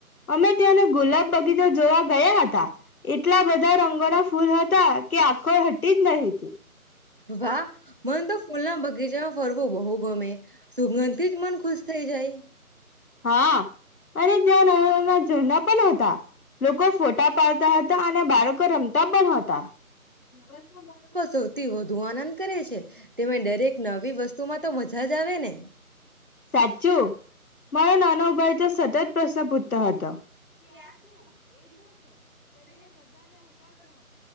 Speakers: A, on the left; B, on the right.
A: અમે તયાંનો ગુલાબ બગીચા જોવા ગયા હતા એટલા બધા રંગ રંગો ના ફૂલ હ કે આખો હટી જ ન હીતી.
B: વાહ. મન તો ફૂલ ના બગીચામાં ફરવું બહુ ગમે, સુગંધ થી જ મન ખુશ થઈ જાય.
A: હા અને જ્યાં નાનાં-નાનાં ઝરણાં પણ હતા. લોકો ફોટા પાડતા હતા. તા અને બાળકો રમત તા પણ હતા. પ્રવાસમાં બાળકો
B: સૌથી વધુ આનંદ
A: <unintelligible>
B: કરે છે તેમને દરેક નવી વસ્તુમાં તો મજા જ આવે ને.
A: સાચું મારો નાનો ઉભાઈ તો સતત પ્રશ્ન પૂછતો હતો.
B: કે આ શું એ શું છે કરીને બધાને હસાવતો હતો,